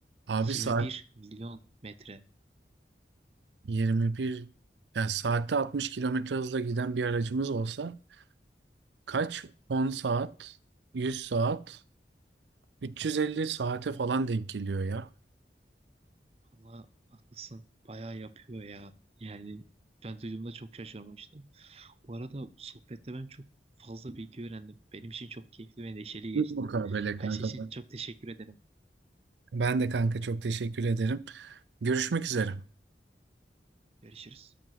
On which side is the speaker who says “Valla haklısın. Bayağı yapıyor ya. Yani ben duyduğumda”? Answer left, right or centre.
Right